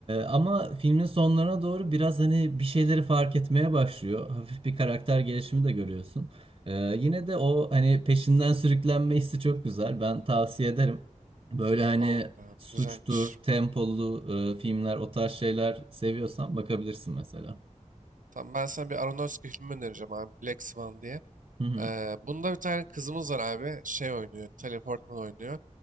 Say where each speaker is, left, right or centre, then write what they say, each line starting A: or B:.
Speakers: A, on the right; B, on the right.
A: ama filmin sonlarına doğru biraz hani bir şeyleri fark etmeye başlıyor. Hafif bir karakter gelişimi de görüyorsun. E, yine de o hani peşinden sürüklenme hissi çok güzel. Ben tavsiye ederim. Böyle hani
B: Tamam ya,
A: suçtur,
B: güzelmiş.
A: tempolu e, filmler o tarz şeyler seviyorsan bakabilirsin mesela.
B: Tamam ben sana bir Aronofsky filmi önereceğim abi. Black Swan diye.
A: Hı hı,
B: Ee, bunda bir tane kızımız var abi. Şey oynuyor. Natalie Portman oynuyor.